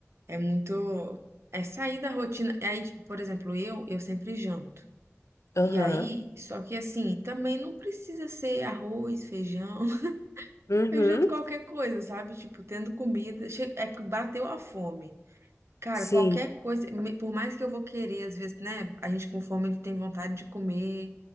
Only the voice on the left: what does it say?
Aham.
Uhum.
<laughs> Sim.